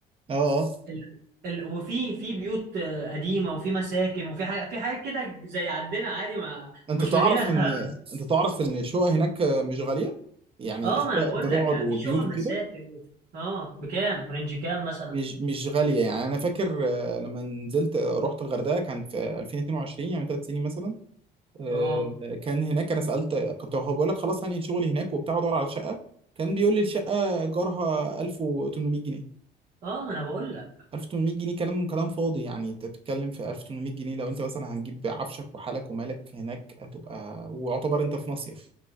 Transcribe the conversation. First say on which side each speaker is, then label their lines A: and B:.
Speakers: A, on the right; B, on the right.
A: آه آه
B: ال... ال... وفي في بيوت آه، قديمه وفي مساكن وفي حاجه في حاجات كده زي عندنا عادي ما
A: أنت
B: مش
A: تعرف
B: مدينه
A: إن
B: <laughs>
A: أنت تعرف إن الشقق هناك مش غالية يعني
B: اه
A: الشقق
B: ما انا بقول
A: أنت تقعد
B: لك آه،
A: وبيوت
B: في شقق مساكن
A: وكده
B: اه بكام رينج كام مثلا
A: مش مش غالية يعني أنا فاكر آه، لما نزلت آه، رحت الغردقة كان في 2022 يعني ثلاث سنين مثلا آه،
B: اه
A: كان هناك انا سالت كنت بقول لك خلاص هنقل شغلي هناك وبتاع وادور على شقه كان بيقول لي الشقه ايجارها 1800 جنيه
B: اه ما انا بقول لك
A: 1800 جنيه كلام كلام فاضي يعني انت بتتكلم في 1800 جنيه لو انت مثلا هنجيب عفشك وحالك ومالك هناك هتبقى ويعتبر انت في مصيف